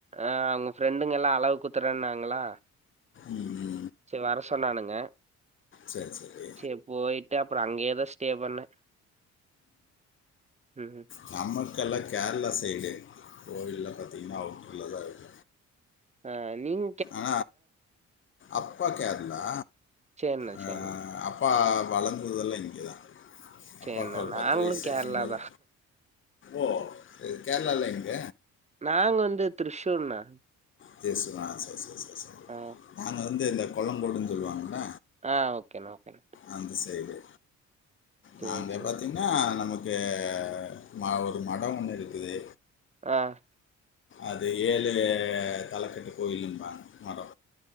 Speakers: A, on the right (about 25°); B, on the left (about 40°).
A: ஆ ஃப்ரன்டுங்கல்லா அலகு குத்துரன்னாங்களா
B: ம்,
A: செர் வர சொன்னானுங்க
B: செர் செரி
A: சேரி போயிட்டு அப்புற அங்கயேதா ஸ்டே பண்ணே உ உ
B: நமக்கெல்லா கேரளா சையிடு கோயில்ல பாத்திங்கன்னா அவ நல்லாதா இருக்கு
A: ஆ நீங்
B: ஆ அப்பா கேரளா
A: சேர்ண்ண
B: ஆ
A: சேர்ண்ண
B: அப் பா வளர்ந்ததுல்லா இங்கதா அப்பாவுக்கு
A: சேர்ண்ணா
B: ஒரு
A: நாங்களு
B: பத்து வயசுக்கும்போது
A: கேரளா தா
B: ஓ இது கேரளால எங்க
A: நாங்க வந்து திரசூர் னே
B: திரிசூரா ஆ செர் செர் செர் செர்
A: ஆ
B: நாங்க வந்து இந்த கொல்லங்கோடுன்னு சொல்லுவாங்கல
A: ஆ ஓகேண்ணா ஓகேண்ணா
B: அந்த சையிடு
A: சேரி
B: நாங்க
A: சேரி
B: பாத்தீங் நா நமக்கு ம ஒரு மடோ ஒன்னு இருக்குது
A: ஆ
B: அது ஏழு தலக்கட்டு கோயிலுன்றாங்க மடோ